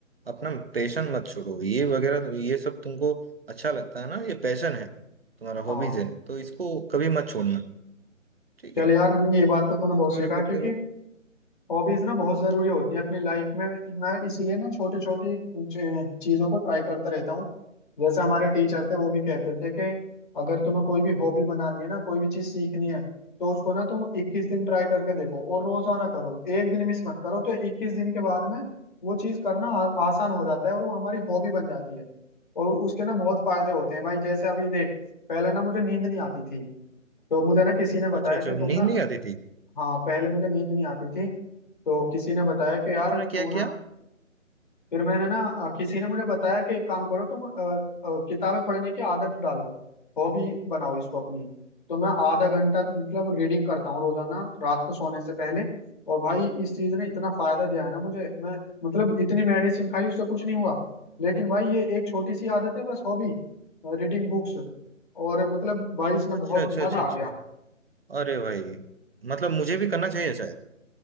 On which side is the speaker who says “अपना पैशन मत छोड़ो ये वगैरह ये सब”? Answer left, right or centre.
Right